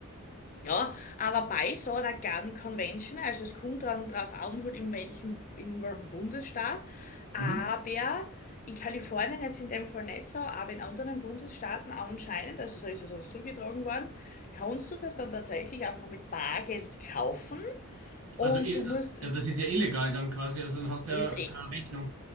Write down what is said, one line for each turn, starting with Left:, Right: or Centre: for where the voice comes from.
Left: ja, aber bei so einer Gun Convention, also es kommt dann drauf an, halt in welchem, in welchem Bundesstaat, aber
Right: Mhm.
Left: in Kalifornien jetzt in dem Fall nicht so, aber in anderen Bundesstaaten anscheinend, also so ist es uns zugetragen worden, kannst du das dann tatsächlich einfach mit Bargeld kaufen und
Right: Also, i-
Left: du musst,
Right: ja, das ist ja illegal dann quasi, also dann hast
Left: ist,
Right: du ja
Left: eh
Right: keine Rechnung.